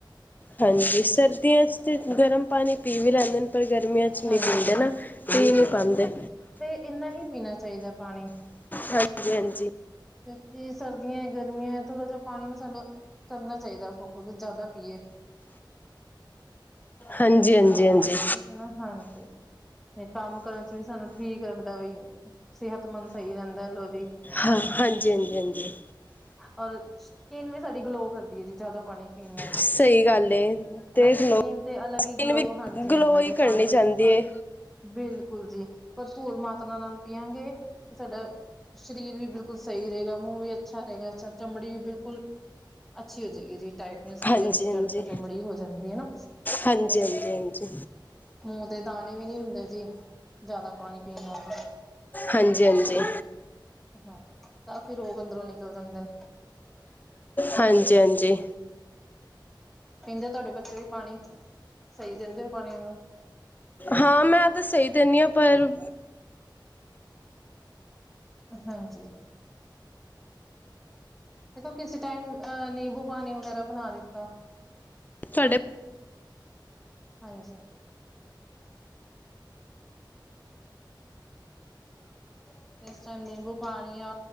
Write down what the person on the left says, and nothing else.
ਹਾਂਜੀ ਸਰਦੀਆਂ 'ਚ ਤੇ ਗਰਮ ਪਾਣੀ ਪੀ ਵੀ ਲੈਂਦੇ ਨੇ, ਪਰ ਗਰਮੀਆਂ 'ਚ ਨੀ
ਪੀਂਦੇ ਨਾ। ਪੀ ਨੀ ਪਾਂਦੇ।
ਹਾਂਜੀ- ਹਾਂਜੀ।
ਹਾਂਜੀ- ਹਾਂਜੀ -ਹਾਂਜੀ।
ਹਾਂ ਹਾਂਜੀ- ਹਾਂਜੀ -ਹਾਂਜੀ।
ਸਹੀ ਗੱਲ ਏ
ਦੇਖ
ਲਓ
ਸਕਿਨ
ਵੀ
ਗਲੋ
ਹੀ
ਕਰਨੀ
ਚਾਹੁੰਦੀ
ਏ
ਹਾਂਜੀ
ਹਾਂਜੀ
ਹਾਂਜੀ ਹਾਂਜੀ ਹਾਂਜੀ ਹਾਂਜੀ
ਹਾਂਜੀ! ਹਾਂਜੀ!
ਹਾਂਜੀ! ਹਾਂਜੀ!
ਹਾਂ! ਮੈਂ ਤਾਂ ਸਹੀ ਦਿੰਦੀ ਹਾਂ ਪਰ।
ਤੁਹਾਡੇ